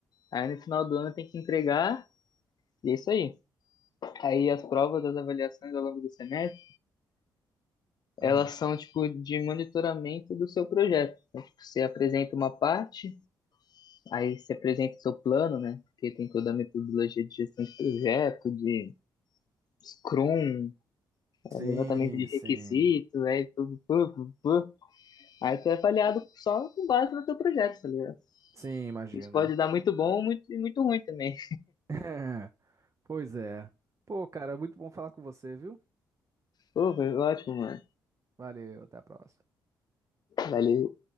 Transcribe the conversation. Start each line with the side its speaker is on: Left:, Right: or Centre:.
Left: Aí no final do ano tem que entregar, e é isso aí. Aí as provas das avaliações ao longo do semestre,
Right: Aham.
Left: elas são tipo de monitoramento do seu projeto. Então, tipo, você apresenta uma parte, Aí você apresenta seu plano, né? Porque tem toda a metodologia de gestão de projeto, de Scrum, é,
Right: Sim,
Left: levantamento de
Right: sim.
Left: requisitos, aí tudo, tudo, tudo. Aí tu é avaliado só com base no teu projeto, tá ligado?
Right: Sim, imagino.
Left: Isso pode dar muito bom ou muito, muito ruim também.
Right: <laughs> É. Pois é. Pô, cara, muito bom falar com você, viu?
Left: Pô, foi ótimo, mano.
Right: Valeu, até a próxima.
Left: Vale,